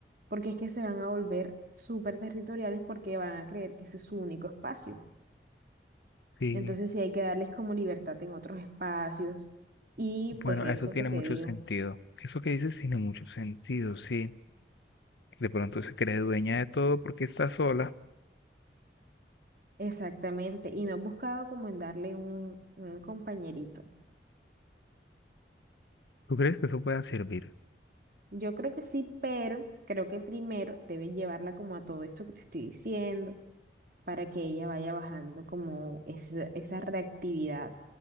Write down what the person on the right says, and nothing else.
porque es que se van a volver súper territoriales porque van a creer que ese es su único espacio.
Entonces sí hay que darles como libertad en otros espacios. Y
pues eso
que te
digo,
exactamente. Y no he buscado como en darle un, un compañerito.
Yo creo que sí, pero creo que primero debes llevarla como a todo esto que te estoy diciendo para que ella vaya bajando como esa, esa reactividad